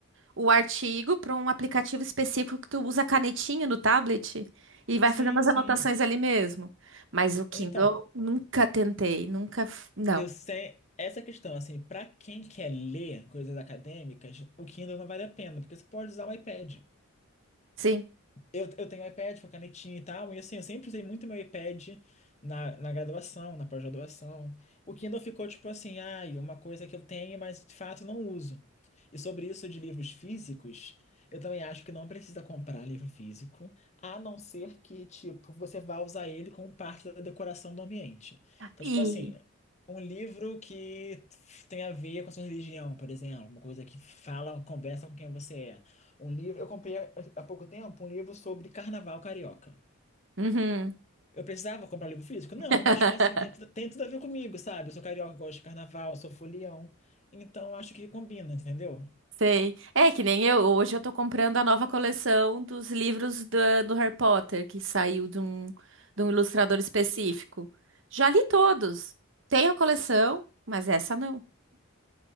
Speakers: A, on the right; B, on the left.
A: o artigo para um aplicativo específico que tu usa a canetinha no tablet e vai
B: Sim,
A: fazendo as
B: sim.
A: anotações ali mesmo. Mas o Kindle
B: Então,
A: nunca tentei, nunca, f- não.
B: eu sei essa questão, assim, para quem quer ler coisas acadêmicas, o Kindle não vale a pena, porque você pode usar o iPad.
A: Sim.
B: Eu, eu tenho iPad com a canetinha e tal, e assim, eu sempre usei muito meu iPad na, na graduação, na pós-graduação. O Kindle ficou tipo assim, ai, uma coisa que eu tenho, mas de fato não uso. E sobre isso de livros físicos, eu também acho que não precisa comprar livro físico, a não ser que, tipo, você vá usar ele como parte da decoração do ambiente. Então,
A: E
B: tipo assim, um livro que tem a ver com a sua religião, por exemplo, uma coisa que fala, conversa com quem você é. Um livro, eu comprei há pouco tempo um livro sobre carnaval carioca.
A: Uhum.
B: Eu precisava comprar livro físico? Não,
A: <laughs>
B: mas, tipo assim, tem, tudo- tem tudo a ver comigo, sabe? Eu sou carioca, gosto de carnaval, sou folião. Então, acho que combina, entendeu?
A: Sei. É que nem eu, hoje eu tô comprando a nova coleção dos livros da- do, Harry Potter, que saiu de um, de um ilustrador específico. Já li todos. Tenho a coleção, mas essa não.